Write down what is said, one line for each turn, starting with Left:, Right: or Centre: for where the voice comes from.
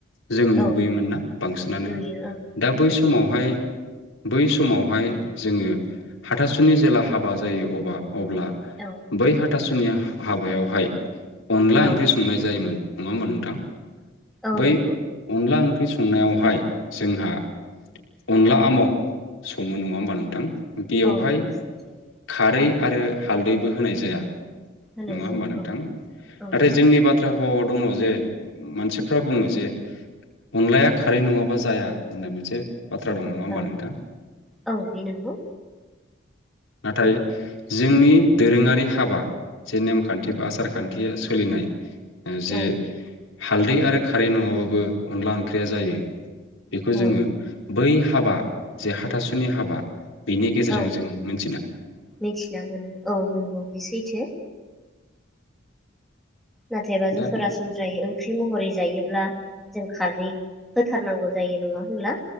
Left: जोङो
Centre: औ
Left: नुबोयोमोन ना बांसिनानो
Centre: नुयो ओं
Left: दा
Centre: बे
Left: बै
Centre: सैथो
Left: समावहाय बै समावहाय जोङो हाथासुनि जेला हाबा जायो अबा अब्ला
Centre: औ
Left: बै हा- हाथासुनि हा-हाबायावहाय अनला
Centre: औ
Left: ओंख्रि संनाय जायोमोन नङा होमबा नोंथां
Centre: औ
Left: बै
Centre: नंगौ
Left: अनला ओंख ओंख्रि संनायावहाय जोंहा अनला आमाव सङो नङा होमबा नोंथां बेयावहाय
Centre: औ बि सैथो
Left: खारै आरो हालदैबो होनाय जाया
Centre: होनाय
Left: नङा
Centre: जाया
Left: होमबा नोंथां
Centre: औ
Left: नाथाय
Centre: औ नंगौ
Left: जोंनि बाथ्रा फावाव दङ जे मानसिफ्रा बुङो जे अनलाया खारै नङाबा जाया होननाय मोनसे बाथ्रा दं नङा होमबा
Centre: औ
Left: नोंथां
Centre: औ बे नंगौ
Left: नाथाय जोंनि दोरोङारि हाबा जे नेमखान्थि बा आसार खान्थिया सोलिनाय जे
Centre: औ
Left: हालदै आरो खारै नङाबाबो अनला ओंख्रिया जायो बेखौ
Centre: औ
Left: जोङो बै हाबा जे हाथासुनि हाबा बिनि गेजेरजों
Centre: औ
Left: जों मोन
Centre: मिथिना मोनो औ नंगौ बे सैथो नाथाय एब
Left: दा
Centre: जों सरासनज्रायै ओं ओंख्रि महरै जायोब्ला जों खारै होथारनांगौ जायो नङा होनब्ला?